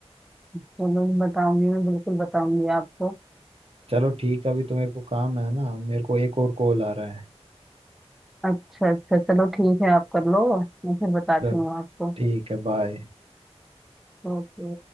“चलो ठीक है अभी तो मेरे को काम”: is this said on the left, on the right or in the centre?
Right